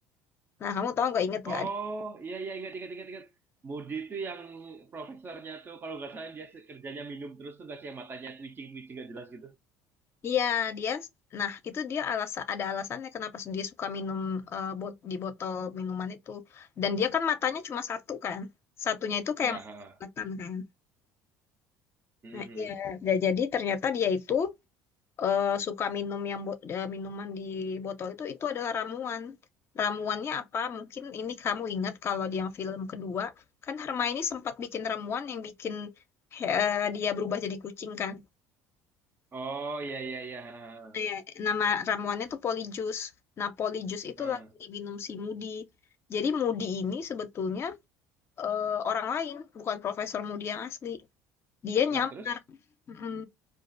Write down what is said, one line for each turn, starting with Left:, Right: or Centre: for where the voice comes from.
Left: Nah, kamu tahu nggak inget nggak
Right: Oh iya iya ingat ingat ingat ingat. Moody itu yang profesornya tuh kalau nggak salah dia se- kerjanya minum terus tuh nggak sih yang matanya twitching twitching nggak jelas gitu.
Left: Iya, dia. Nah, itu dia alasan ada alasannya kenapa dia suka minum eh, bot, di botol minuman itu. Dan dia kan matanya cuma satu kan. Satunya itu
Right: Ya.
Left: kayak mata
Right: ha.
Left: kelihatan kan.
Right: Mhm.
Left: Nah, iya. Nah, jadi ternyata dia itu eh, suka minum yang bo- eh, minuman di botol itu itu adalah ramuan. Ramuannya apa? Mungkin ini kamu ingat kalau di yang film kedua kan Hermione sempat bikin ramuan yang bikin he- eh, dia berubah jadi kucing kan.
Right: Oh iya iya iya. ha,
Left: Iya, nama ramuannya tuh polyjuice. Nah, polyjuice itu
Right: ha. Ha.
Left: lagi diminum si Moody. Jadi Moody ini sebetulnya eh, orang lain, bukan Profesor Moody yang asli. Dia nyamar.
Right: Lah terus?
Left: Mm-mm.